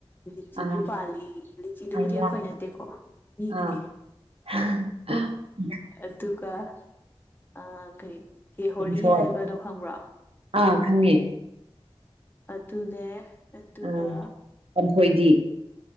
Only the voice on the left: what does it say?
ꯂꯤꯆꯤꯁꯨ
ꯄꯥꯜꯂꯤ ꯂꯤꯆꯤꯗꯨꯕꯨꯗꯤ
ꯑꯩꯈꯣꯏ ꯅꯠꯇꯦꯀꯣ, ꯃꯤꯒꯤꯅꯦ
ꯑꯗꯨꯒ ꯑꯥ ꯀꯔꯤ ꯀꯦꯍꯣꯔꯤ
ꯍꯥꯏꯕꯗꯣ ꯈꯪꯕ꯭ꯔꯣ?
ꯑꯗꯨꯅꯦ ꯑꯗꯨꯒ